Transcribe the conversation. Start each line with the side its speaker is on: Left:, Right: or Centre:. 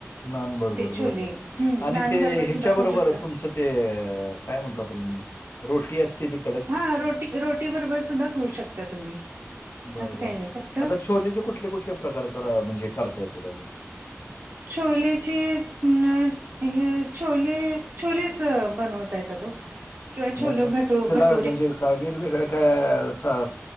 Left: नान बरोबर
Right: ते छोले.
Left: बरोबर
Right: हं,
Left: आणि
Right: नान
Left: ते
Right: बरोबर
Left: ह्याच्या
Right: सुद्धा
Left: बरोबर
Right: खाऊ शकता.
Left: तुमचं ते काय म्हणतो आपण रोटी असती त
Right: हा रोटी रोटी बरोबर सुद्धा खाऊ शकता तुम्ही
Left: बर
Right: असं काही
Left: बर
Right: नाही फक्त
Left: आता छोलेचे कुठले कुठले प्रकार करा म्हणजे करता येते अजून
Right: छोलेची न हे छोले छोलेच बनवता येतात ओकिंवा
Left: न
Right: छोले
Left: न त्याला
Right: भट
Left: म्हणजे का वेगवेगळ्या काय